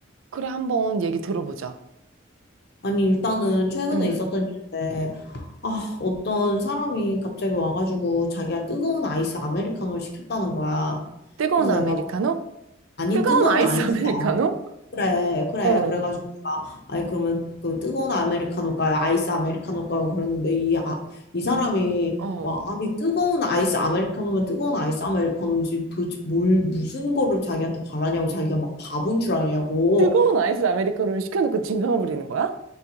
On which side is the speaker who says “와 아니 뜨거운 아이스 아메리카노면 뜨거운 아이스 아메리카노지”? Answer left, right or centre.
Left